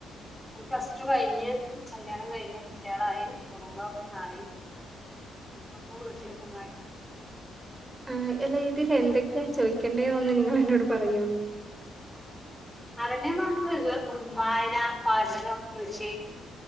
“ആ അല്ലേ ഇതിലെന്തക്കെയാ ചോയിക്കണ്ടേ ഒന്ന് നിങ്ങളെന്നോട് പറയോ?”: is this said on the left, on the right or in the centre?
Right